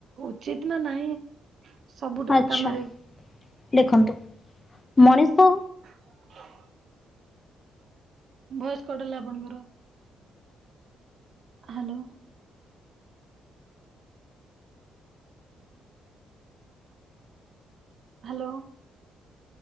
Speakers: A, on the right; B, on the left.
A: ଉଚିତ୍ ନା ନାହିଁ, ସବୁଟା
B: ଆଚ୍ଛା
A: କାମରେ
B: ଦେଖନ୍ତୁ ମଣିଷ
A: <unintelligible> ଭଏସ୍ କଟ ହେଲା ଆପଣଙ୍କର, hello hello